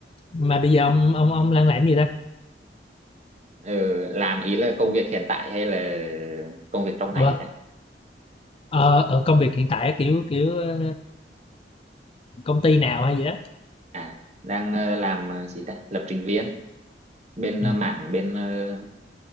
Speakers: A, on the left; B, on the right.
A: mà bây giờ ông ông ông đang làm gì ta?
B: ừ, làm ý là công việc hiện tại hay là công việc trong ngày
A: Ủa,
B: ta?
A: ờ, ờ, công việc hiện tại kiểu kiểu ờ, công ty nào hay gì đó?
B: à đang ờ, làm ờ, gì ta lập trình viên bên ờ,
A: Ừm,
B: mạng bên ờ,